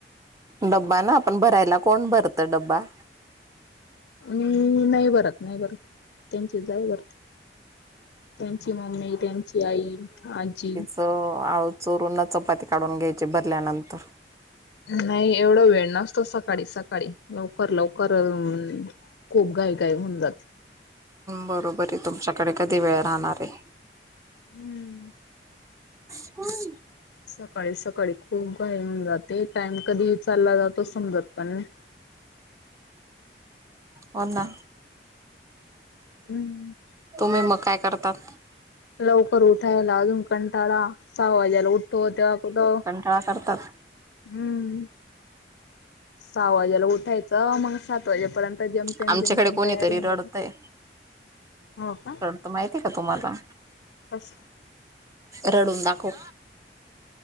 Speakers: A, on the right; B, on the left.
A: डब्बा ना आपण भरायला कोण भरत डब्बा?
B: मी नाही भरत नाही बरत त्यांची जाऊ भरते. त्यांची मम्मी त्यांची आई आजी.
A: च आळू चोरूनना चपाती काढून घ्यायची भरल्यानंतर
B: नाही एवढा वेळ नसतो सकाळी सकाळी. लवकर लवकर अ खूप घाई घाई होऊन जाते.
A: बरोबर आहे तुमच्याकडे कधी वेळ राहणार आहे.
B: हम्म
A: <unintelligible>
B: सकाळी सकाळी खूप घही होऊन जाते टाइम कधी विचचालला जातो समजत पण नाही.
A: हो ना.
B: हम्म
A: तुम्ही मग काय करतात.
B: लवकर उठायला अजून कंटाळा सववाज्याला उठतो तेव्हा कुठं?
A: खेळा करतात.
B: हम्म सहा वाजेला उठायचं मग सात वाजेपर्यंत आता जमते
A: आमच्याकडे
B: जमते
A: कोणीतरी
B: तयार होऊन
A: रडतय
B: हो का?
A: माहिती आहे का तुम्हाला
B: असशी
A: रडून दाखव